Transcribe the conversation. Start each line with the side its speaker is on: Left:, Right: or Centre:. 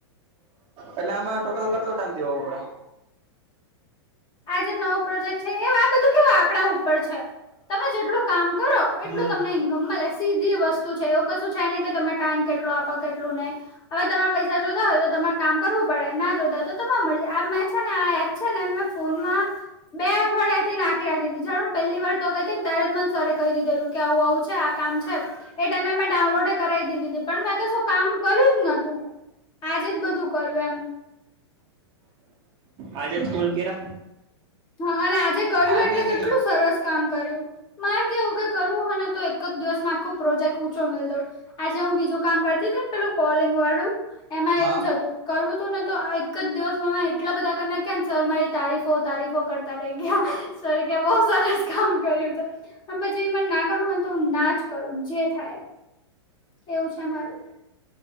Right: એટલે આમાં ટોટલ કેટલો ટાઈમ દેવો પડે.
Left: આજ નવો પ્રોજેક્ટ છે એ આ બધું કેવ આપડા ઉપર છે. તમે જેટલું કામ કરો એટલું
Right: હમ
Left: તમને ઇન્ કમ મલે સીધી વસ્તુ છે એવું કશું છે ને કે તમે ટાઈમ કેટલો આપો કેટલું નહીં. હવે તમારે પૈસા જોતા હોય તો તમારે કામ કરવું પડે ના જોતા હોય તો તમા મરજી આ મેં છે ને આ એપ, છે ને મૈ ફોનમાં, બે અઠવાડિયા થી નાખી રાખી જાર પહેલી વાર તો ગઈ હતી ને ત્યારે જ મને સરે કહી દીધેલું. કે આવું આવું છે, આ કામ છે. એ ટાઈમે મેં ડાઉનલોડે કરાવી દીધી હતી પણ મેં કશું કામ કર્યું જ નતું. આજે જ બધું કર્યું એમ.
Right: આજે જ કોલ કેરા,
Left: હા અને આજે કર્યું
Right: આની
Left: એટલે કેટલું સરસ કામ કર્યું. મારે કેવું કે કરવું હોય ને તો એક જ દિવસમાં આખો પ્રોજેક્ટઊંચો મે દઉ. આજે હું બીજું કામ કરતી એમ પે કોલિંગ વાળું, એ
Right: હા.
Left: કરવું તું ને તો એક જ દિવસ એટલા બધા કર ના કે ને સર મારી તારીફો તારીફો કરતા રહી ગયા, સર કે્યા બહ સરસ કામ કર્યું છે. પછીને ના કરવું હોને તો હ ના જ કરું જે થાય. એવું છે મારું.